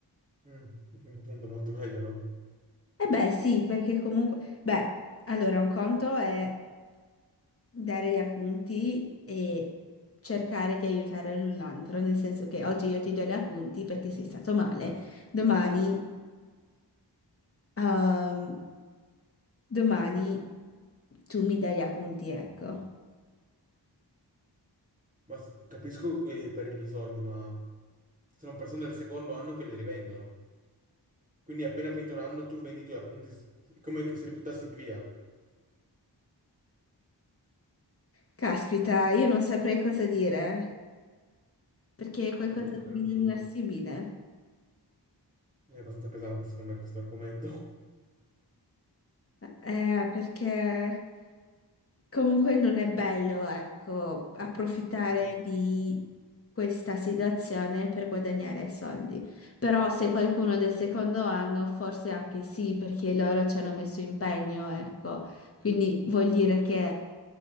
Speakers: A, on the right; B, on the left.
A: Mm, <laughs> appunto molto meglio, no?
B: E beh, sì, perché comunque... Beh, allora, un conto è dare gli appunti e cercare di aiutare l'un l'altro, nel senso che oggi io ti do gli appunti perché sei stato male, domani, ehm, domani tu mi dai gli appunti, ecco.
A: Ma s- capisco eh, per il bisogno, ma sono persone del secondo anno che li rivendono. Quindi appena finito un anno tu vendi i tuoi appunti s- come se li buttassi via.
B: Caspita, io non saprei cosa dire, perché è qualcosa
A: È abbastanza pesante,
B: di inassibile.
A: è abbastanza pesante secondo me questo argomento.
B: Eh, perché... Comunque non è bello, ecco, approfittare
A: <laughs> Mm,
B: di questa situazione per guadagnare soldi. Però se qualcuno del secondo anno, forse anche sì, perché loro ci hanno messo impegno, ecco. Quindi vuol dire che